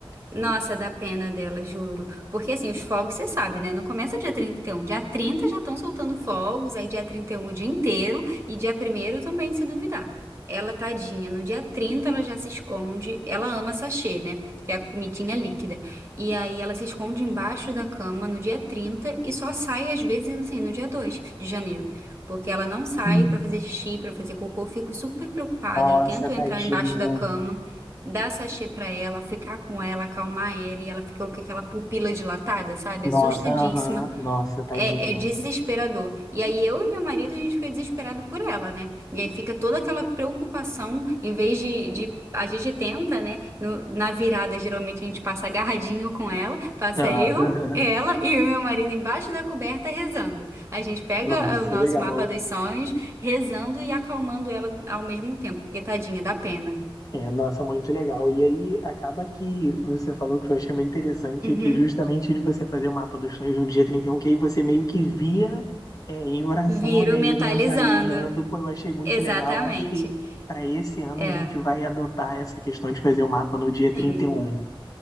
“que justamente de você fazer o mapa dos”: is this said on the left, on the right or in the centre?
Left